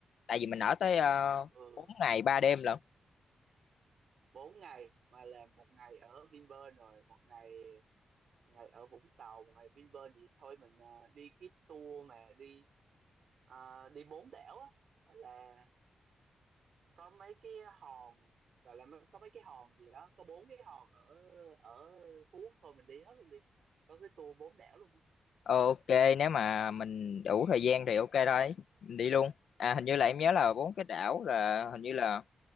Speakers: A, on the left; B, on the right.
A: Tại vì mình ở tới uh,
B: ừ
A: 4 ngày 3 đêm lận.
B: bốn ngày mà làm một ngày ở Vinpearl rồi một ngày một ngày ở Vũng Tàu một ngày Vinpearl vậy thôi mình à, đi cái tour mà đi à, đi bốn đảo á là có mấy cái hòn gọi là mấy- có mấy cái hòn gì đó có bốn cái hòn ở ở Phú Quốc thôi mình đi hết luôn đi có cái tour bốn đảo luôn á
A: Ờ, ok nếu mà mình đủ thời gian thì ok thôi. Mình đi luôn. À hình như là em nhớ là bốn cái đảo là hình như là